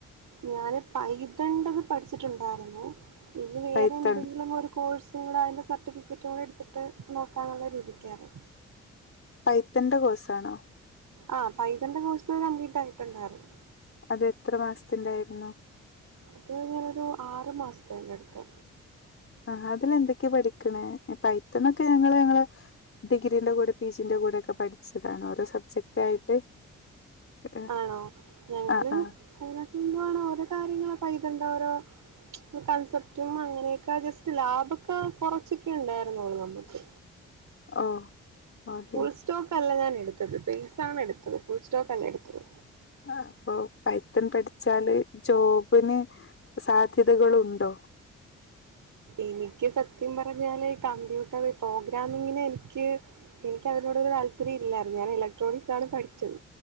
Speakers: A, on the right (about 65°); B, on the left (about 40°).
A: ഞാന് പൈതണ്ടത് പഠിച്ചിട്ടുണ്ടായിരുന്നു ഇനി വേറെന്തെങ്കിലും
B: പൈത്തൺ
A: ഒരു കോഴ്സ് <unintelligible> അതിൻ്റെ സർട്ടിഫിക്കറ്റും കൂടെ എടുത്തിട്ട് നോക്കാന്നുള്ള രീതിക്കായിരു
B: പൈത്തിന്റെ കോഴ്സാണ്
A: ആഹ് പൈതന്റെ കോഴ്സ് കംപ്ലീറ്റ് ആയിട്ടുണ്ടായിരുന്നു
B: അത് എത്ര മാസത്തിന്റെ ആയിരുന്നു
A: അത് ഇങ്ങനൊരു ആറ് മാസത്തിൻ്റെ അട്ത്ത്
B: ആഹ് അതിലെന്തൊക്കെ പഠിക്ണേ പൈത്ണൊക്കെ ഞങ്ങള് ഞങ്ങള് ഡിഗ്രിന്റെ കൂടെ, പിജിന്റെ കൂടെ, ഒക്കെ പഠിച്ചതാണ് ഓരോ സബ്ജക്റ്റ് ആയിട്ട് ഏഹ്
A: ആണോ ഞങ്ങള്
B: ആഹ് ആഹ്
A: അതിനൊക്കെ എന്തുവാണോ ഓരോ കാര്യങ്ങള് പയ്തണ്ട് ഓരോ കൺസെപ്റ്റും അങ്ങനെക്കെ ജസ്റ്റ് ലാഭക്കെ കൊറച്ചൊക്കെ ഉണ്ടായിരുന്നുള്ളു നമ്മക്ക്
B: ഓഹ് അതെയോ
A: ഫുൾ സ്റ്റോക്ക് അല്ല ഞാൻ എട്ത്തത് ബൈസാണ് എട്ത്തത് ഫുൾ സ്റ്റോക്ക് അല്ല എട്ത്തത്
B: അപ്പൊ പൈത്തൻ പഠിച്ചാല് ജോബ്ന് സാധ്യതകളുണ്ടോ?
A: എനിക്ക് സത്യം പറഞ്ഞാല് കമ്പ്യൂട്ടർ പ്രോഗ്രാമിങ്ങിന് എനിക്ക് എനിക്ക് അതിനോടൊരു താല്പര്യം ഇല്ലായിരുന്നു ഞാൻ ഇലക്ട്രോണിക്സാണ് പഠിച്ചത്